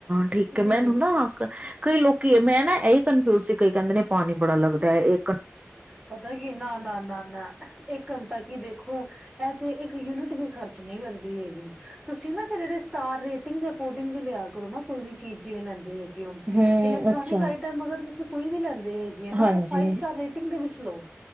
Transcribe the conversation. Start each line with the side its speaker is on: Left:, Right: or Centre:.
Right: ਠੀਕ ਹੈ ਮੈਨੂੰ
Centre: ਹਮ
Right: ਨਾ ਕਈ ਲੋਕੀ ਮੈਂ ਨਾ ਇਹ ਕਨਫਿਊਜ ਸੀ ਕਈ ਕਹਿੰਦੇ ਨੇ ਪਾਣੀ ਬੜਾ ਲੱਗਦਾ ਏ
Centre: ਪਤਾ ਕੀ ਨਾ ਨਾ ਨਾ ਨਾ ਇੱਕ ਘੰਟਾ ਕੀ ਦੇਖੋ ਇਹ ਤੇ ਇੱਕ ਯੂਨਿਟ ਵੀ ਖਰਚ ਨਹੀਂ ਕਰਦੀ ਹੈਗੀ, ਤੁਸੀਂ ਨਾ ਫਿਰ ਇਹਦੇ ਸਟਾਰ ਰੇਟਿੰਗ ਦੇ ਅਕੋਰਡਿੰਗ ਵੀ ਲਿਆ ਕਰੋ ਨਾ ਕੋਈ ਵੀ ਚੀਜ਼ ਜਿਵੇਂ ਲੈਂਦੇ ਹੈਗੇ।
Right: ਹੂੰ
Centre: ਇਲੈਕਟ੍ਰੋਨਿਕ
Right: ਅੱਛਾ
Centre: ਆਈਟਮ ਅਗਰ ਤੁਸੀ ਕੋਈ ਵੀ ਲੈਂਦੇ ਹੈਗੇ ਨਾ
Right: ਹਾਂਜੀ
Centre: ਉਹ ਫਾਈਵ ਸਟਾਰ ਰੇਟ। ਦੇ ਵਿੱਚ ਲੌ,